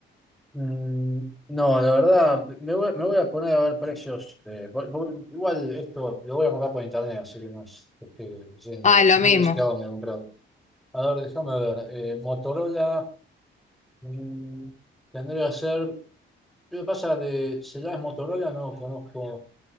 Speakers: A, in the centre; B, on the left.
A: Mm, no, la verdad, me voy, me voy a poner a ver precios. eh, por- por- igual esto lo voy a comprar por internet, así que no es que esté yendo
B: Ah,
A: a la
B: lo
A: tienda,
B: mismo.
A: este hago me he comprado. A ver, déjame ver. eh, Motorola mm, tendría que ser... Lo que pasa de celulares Motorola no conozco.